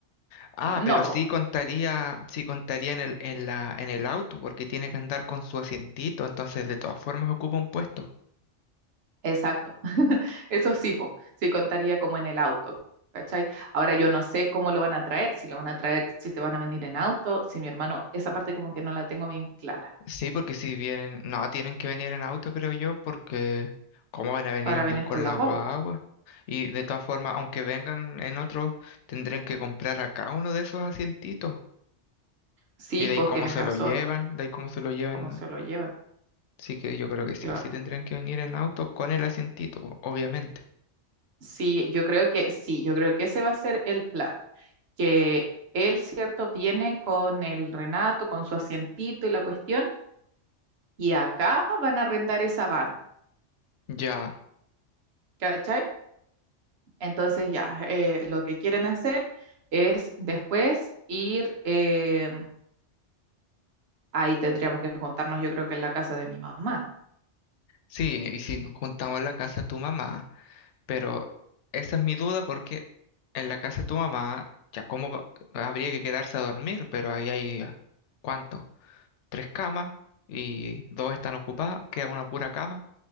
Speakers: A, on the left; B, on the right.
A: Ah,
B: No,
A: pero
B: po,
A: sí contaría, sí contaría en el, en la, en el auto, porque tiene que andar con su asientito, entonces de todas formas ocupa un puesto.
B: exacto. <laughs> Eso sí, po, sí contaría como en el auto, ¿cachai? Ahora yo no sé cómo lo van a traer, si lo van a traer, si se van a venir en auto, si mi hermano, esa parte como que no la tengo bien clara,
A: Sí, porque si vienen, no, tienen que venir en auto, creo yo, porque ¿cómo van a venir
B: para
A: en
B: venir
A: bus con
B: con
A: la
B: la guagua.
A: guagua? Y de todas formas, aunque vengan en otro, tendrían que comprar acá uno de esos asientitos.
B: Sí,
A: Y de
B: pues
A: ahí cómo
B: tienes
A: se
B: razón,
A: lo llevan, de ahí cómo se lo llevan.
B: cómo se lo llevan,
A: Sí que yo creo que sí
B: claro.
A: o sí tendrían que venir en auto con el asientito, po, obviamente.
B: Sí, yo creo que sí, yo creo que ese va a ser el plan, que él, cierto, viene con el Renato, con su asientito y la cuestión, y acá van a arrendar esa van,
A: Ya,
B: ¿cachai? Entonces ya, eh, lo que quieren hacer es después ir, eh, ahí tendríamos que juntarnos, yo creo que en la casa de mi mamá.
A: sí, y si nos juntamos en la casa de tu mamá. Pero esa es mi duda porque en la casa de tu mamá, ya cómo va- habría que quedarse a dormir, pero ahí hay, ah, ¿cuánto? Tres camas y dos están ocupadas, queda una pura cama